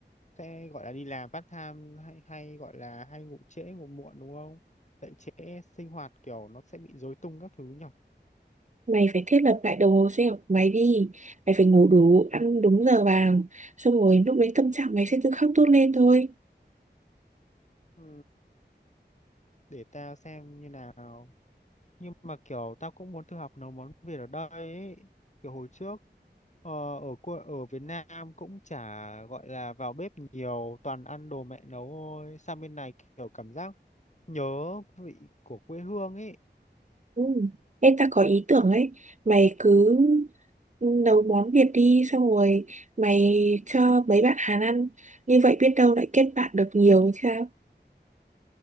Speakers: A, on the left (about 40°); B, on the right (about 40°).
A: sẽ gọi là đi làm part time hay hay gọi là hay ngủ trễ ngủ muộn đúng không dậy trễ sinh hoạt kiểu nó sẽ bị rối tung các thứ nhở
B: mày phải thiết lập lại đồng hồ sinh học của mày đi mày phải ngủ đủ ăn đúng giờ vàng xong rồi lúc đấy tâm trạng mày sẽ tự khắc tốt lên thôi
A: ừ, để tao xem như nào nhưng mà kiểu tao cũng muốn thử học nấu món Việt ở đây ấy. kiểu hồi trước ờ, ở quê- ở Việt Nam cũng chả gọi là vào bếp nhiều toàn ăn đồ mẹ nấu thôi sang bên này kiểu cảm giác nhớ vị của quê hương ấy
B: ừ. em ta có ý tưởng ấy mày cứ ừ, nấu món Việt đi xong rồi mày cho mấy bạn Hàn ăn như vậy biết đâu lại kết bạn được nhiều thì sao